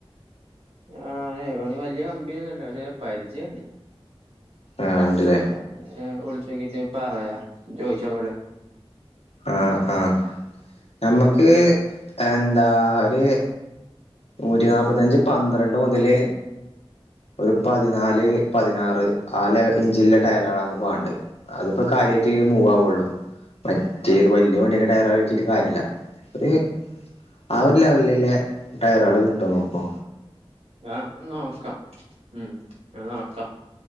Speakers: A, on the right; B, on the left.
A: ആ ഏ ഒ വല്ല്യ കമ്പിനിന്നുല്ല പഷേ പരിചയണ്ട്
B: ആഹ് ഉണ്ടല്ലേ
A: <unintelligible> ന വ്ള് ചോക്കിട്ട് പറയാ ചോയ്ച്ചോകട്ടെ
B: ആ ആഹ് നമ്മക്ക് എന്താ ഒര് നൂറ്റി നാപ്പാത്തഞ്ച് പന്ത്രണ്ട് മുതല് ഒരു പതിനാല് പതിനാറ് ആ ലെ ഇഞ്ച്ള്ള ടായറാണ് അമക്ക് വാണ്ടെ അത്പ്പ കാര്യായ്റ്റ് മൂവാവുള്ളു മറ്റേത്
A: ആഹ്
B: വല്ല്യ വണ്ടിന്റെ ടയറള് വിറ്റീട്ട് കാര്യല്ല ഒര് ആ ഒര് ലെവല്ല്ല്ലേ ടയറള് ക്ട്ടോ നോക്കോ
A: ആ ന്നോക്കാ മ്മ് നോക്കാ